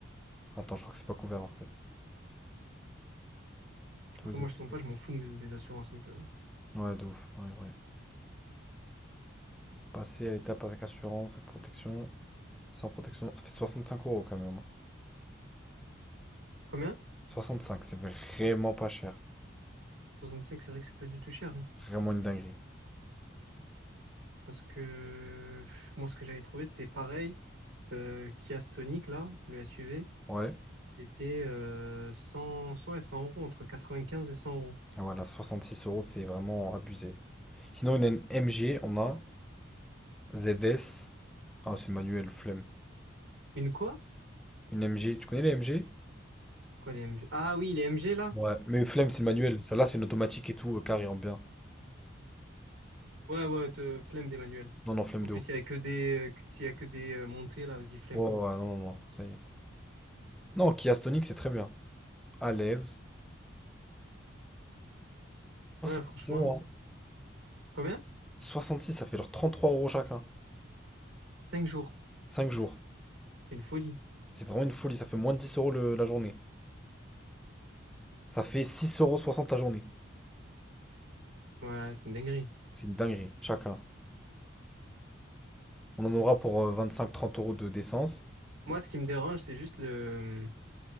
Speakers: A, in the centre; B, on the right.
A: Attends, je crois que c'est pas couvert en fait. Tous
B: Après,
A: les
B: moi,
A: autres.
B: je tombe pas, je m'en fous de mes- des assurances un peu.
A: Ouais, de ouf, pareil, ouais. Passer à l'étape avec assurance, avec protection, sans protection, ça fait 65 euros quand même.
B: Combien?
A: soixante cinq c'est vraiment pas cher.
B: 65, c'est vrai que c'est pas du tout cher. hein.
A: Vraiment une dinguerie.
B: Parce que pff, moi, ce que j'avais trouvé, c'était pareil. Euh, Kia Stonic, là, le SUV,
A: Ouais.
B: c'était euh, 100, 100 et 100 euros, entre 95 et 100 euros.
A: Ah Voilà, six euros, c'est vraiment abusé. Sinon, une N- MG, on a ZS. Ah, c'est manuel, flemme.
B: Une quoi?
A: Une MG, tu connais les MG?
B: C'est quoi les MG? Ah oui, les MG, là?
A: Ouais, mais flemme, c'est manuel. Celle-là, c'est une automatique et tout, euh, carré en bien.
B: Ouais, ouais, te- flemme des manuels.
A: Non, non, flemme
B: En
A: de
B: plus,
A: ouf.
B: il y a que des, euh, que- s'il y a que des euh, montées, là, vas-y, flemme.
A: Ouais, ouais, ouais, non, non, non, ça y est. Non, Kia Stonic, c'est très bien. À l'aise.
B: Ouais, franchement.
A: six euros, hein.
B: Combien?
A: soixante six ça fait genre trois euros chacun.
B: 5 jours.
A: cinq jours.
B: C'est une folie.
A: C'est vraiment une folie, ça fait moins de 10 euros le- la journée. Ça fait six euros soixante la journée.
B: Ouais, c'est une dinguerie.
A: C'est une dinguerie, chacun. On en aura pour vingt cinq trente euros de d'essence.
B: Moi, ce qui me dérange, c'est juste le...